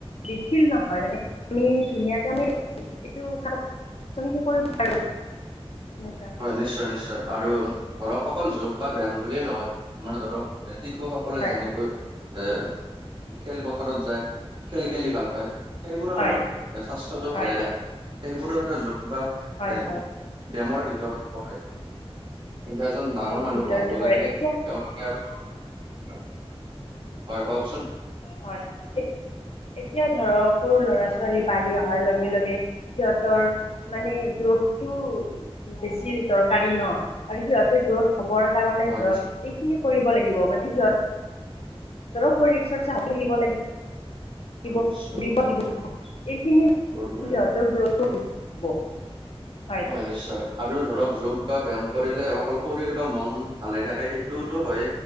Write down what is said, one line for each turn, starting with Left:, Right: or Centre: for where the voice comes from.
Left: দিথিল নহয় মানে, আমি ধুনীয়াকে আমি এইটো কাম, কামখিনি কৰিব পাৰু, সেনুকা।
Right: নিশ্চয়, নিশ্চয়। আৰু ধৰক অকল যোগ বা ব্যায়াম বুলিয়ে নহয়। আমাৰ ধৰক এ, শিশুসকলে
Left: হয়
Right: যেনেকৈ এ, খেলপথাৰত যায়, খেল খেলি ভাল পায়। সেইবোৰে
Left: হয়
Right: আমাৰ স্বাস্থ্যটো
Left: হয়
Right: ভালে ৰাখে। সেইবোৰো এটা যোগ বা
Left: হয়
Right: এ।
Left: হয়
Right: ডেমৰ ভিতৰত পৰে। কিন্তু এজন ডাঙৰ
Left: যে মোৰ
Right: মানুহ
Left: ভিতৰতে
Right: হোৱাৰ লগে
Left: পৰে
Right: লগে,
Left: এতিয়া
Right: তেওঁলোকে আৰু তোৰ ভাল, হয় কওকচোন।
Left: হয়। এ এতিয়া ধৰক, সৰু ল'ৰা-ছোৱালী বাঢ়ি অহাৰ লগে লগে সিয়তৰ মানে গ্ৰথটো বেছি দৰকাৰী ন, আৰু সিহঁতে গ্ৰথ হবৰ কাৰণে
Right: হয়
Left: ধৰক
Right: নিশ্চয়
Left: এইখিনি কৰিব লাগিব মানে সিয়ত শৰীৰ চৰ্চা <unintelligible> সিয়তৰ
Right: হয় নিশ্চয় দৌৰিব লাগিব
Left: গ্ৰথ <unintelligible>
Right: হয় নিশ্চয়, আৰু ধৰক যোগ বা ব্যায়াম কৰিলে অকল শৰীৰ বা মন ভালে থাকে সেইটোতো হয়ে